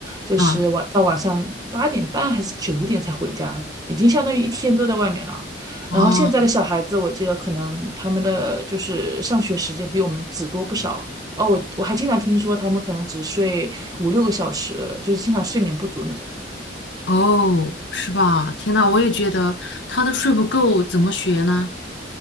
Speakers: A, on the right; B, on the left.
A: 就是晚到晚上八点半还是九点才回家，
B: 啊
A: 已经相当于一天都在外面了。
B: 啊
A: 然后现在的小孩子，我记得可能他们的就是上学时间比我们只多不少。哦，我我还经常听说他们可能只睡五六个小时，就是经常睡眠不足那种。
B: 哦，是吧？天呐，我也觉得他都睡不够，怎么学呢？